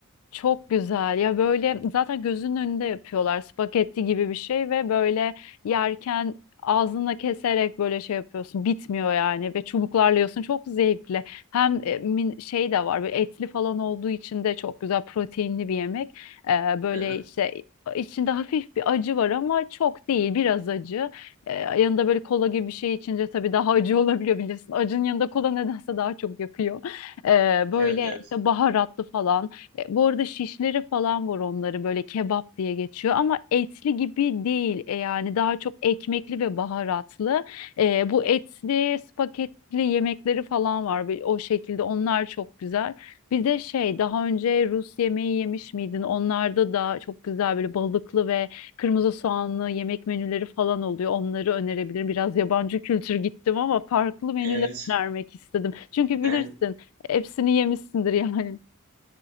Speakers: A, on the left (about 70°); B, on the right (about 80°).
A: Çok güzel ya böyle zaten gözünün önünde yapıyorlar spagetti gibi bir şey ve böyle yerken ağzınla keserek böyle şey yapıyorsun bitmiyor yani ve çubuklarla yiyorsun çok zevkli hem e, min- şey de var böyle etli falan olduğu için de çok güzel proteinli bir yemek Ee, böyle
B: Aha.
A: işte içinde hafif bir acı var ama çok değil biraz acı Ee, yanında böyle kola gibi bir şey içince tabii daha acı <laughs> olabiliyor bilirsin acının yanında kola nedense daha çok yakıyor Ee,
B: Evet
A: böyle
B: evet.
A: işte baharatlı falan bu arada şişleri falan var onları böyle kebap diye geçiyor ama etli gibi değil E, yani daha çok ekmekli ve baharatlı. E, bu etli spagetli yemekleri falan var Bir- o şekilde onlar çok güzel. Bir de şey daha önce Rus yemeği yemiş miydin? Onlarda da çok güzel böyle balıklı ve kırmızı soğanlı yemek menüleri falan oluyor. Onları önerebilirim. Biraz yabancı kültür gittim ama farklı menüler
B: Evet.
A: önermek istedim. Çünkü
B: Ben
A: bilirsin hepsini yemişsindir yani.